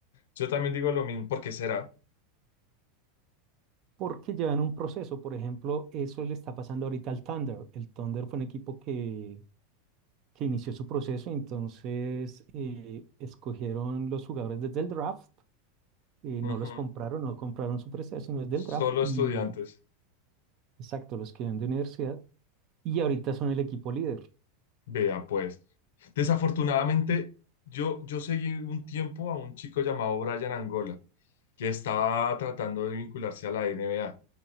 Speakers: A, on the left (about 80°); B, on the right (about 40°).
A: Yo también digo lo mismo, porque será?
B: porque llevan un proceso. Por ejemplo, eso le está pasando ahorita al Thunder. El Thunder fue un equipo que, que inició su proceso, entonces eh, escogieron los jugadores desde el draft, eh, no
A: Ujú,
B: los compraron, no compraron su proceso, sino es del
A: Solo
B: draft, y
A: estudiantes.
B: exacto, los que vienen de universidad, y ahorita son el equipo líder.
A: Vea, pues, desafortunadamente, yo, yo seguí un tiempo a un chico llamado Brian Angola, que estaba tratando de vincularse a la NBA